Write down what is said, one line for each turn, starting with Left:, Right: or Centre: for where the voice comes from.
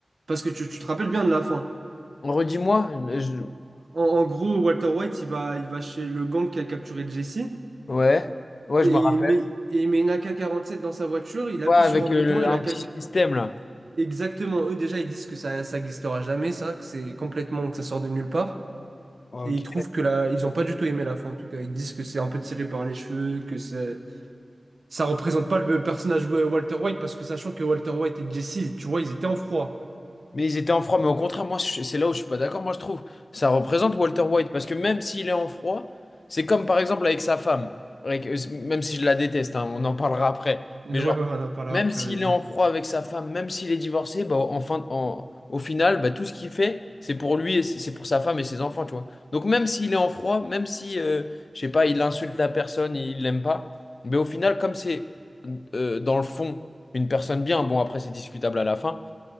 Right: Parce que tu, tu te rappelles bien de la fin.
Left: Redis-moi. euh, je-
Right: En, en gros, Walter White, il va, il va chez le gang qui a capturé Jesse,
Left: Ouais. Ouais,
Right: et
Left: je me rappelle.
Right: il met, et il met une ak quarante-sept dans sa voiture, il appuie
Left: Ouais, avec
Right: sur un bouton,
Left: euh, le-
Right: et
Left: un
Right: la AK...
Left: petit système là.
Right: Exactement, eux déjà, ils disent que ça, ça glissera jamais, ça, que c'est complètement, que ça sort de nulle part.
Left: Ok.
Right: Et ils trouvent que la... ils ont pas du tout aimé la fin, en tout cas. Ils disent que c'est un peu tiré par les cheveux, que c'est... ça représente pas le personnage de Walter White, parce que sachant que Walter White et Jesse, tu vois, ils étaient en froid.
Left: Mais ils étaient en froid, mais au contraire, moi, je- c'est là où je suis pas d'accord. Moi, je trouve ça représente Walter White parce que même s'il est en froid, c'est comme par exemple avec sa femme, avec, euh, même si je la déteste, hein, on en parlera après.
Right: <laughs> Mais
Left: Mais
Right: Ouais,
Left: genre,
Right: ouais, on en parlera
Left: même
Right: après,
Left: s'il
Right: vas-y.
Left: est en froid avec sa femme, même s'il est divorcé, bah, en fin- en- au final, bah, tout ce qu'il fait, c'est pour lui et c'est c'est pour sa femme et ses enfants, tu vois. Donc, même s'il est en froid, même si, euh, je sais pas, il insulte la personne, il l'aime pas, mais au final, comme c'est euh, dans le fond une personne bien, bon, après, c'est discutable à la fin.